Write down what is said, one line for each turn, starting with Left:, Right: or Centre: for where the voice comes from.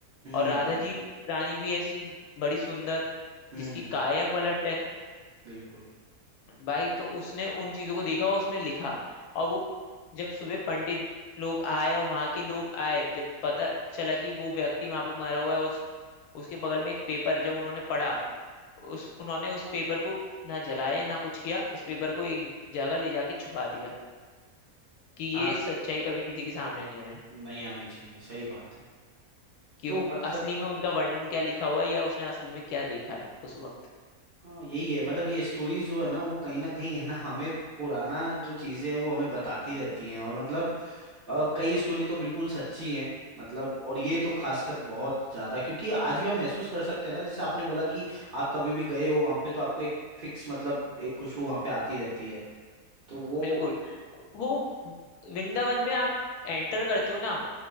Right: हम्म
Left: और राधा
Right: बिल्कुल
Left: जी रानी भी ऐसी बड़ी सुंदर
Right: हम्म
Left: जिसकी
Right: हम्म
Left: काया पलट है
Right: बिल्कुल
Left: भाई तो उसने उन चीजों को देखा और उसमें लिखा और वो जब सुबह पंडित लोग आए और वहां के लोग आए जब पता चला कि वो व्यक्ति वहां पे मरा हुआ है और उस, उसके बगल में एक पेपर जब उन्होंने पढ़ा उस उन्होंने उस पेपर को ना जलाया ना कुछ किया उस पेपर को एक जगह ले जाके छुपा दिया कि ये
Right: हाँ
Left: सच्चाई कभी किसी के सामने नहीं आए
Right: नहीं आनी चाहिए सही बात है
Left: कि
Right: तो
Left: वो-
Right: मतलब
Left: असली में उनका वर्णन क्या लिखा हुआ है या उसने असली में क्या देखा है उस वक्त
Right: हाँ यही है मतलब ये स्टोरीज जो है ना वो कहीं ना कहीं है ना हमें पुराना जो चीजें हैं वो हमें बताती रहती हैं और मतलब अ, कई स्टोरी तो बिल्कुल सच्ची हैं मतलब और ये तो खासकर बहुत ज्यादा क्योंकि आज भी हम महसूस कर सकते हैं ना जैसे आपने बोला कि आप कभी भी गए हो वहां पे तो आपको एक फिक्स मतलब एक खुशबू वहां पे आती रहती है तो वो
Left: बिल्कुल वो वृंदावन में आप एंटर करते हो ना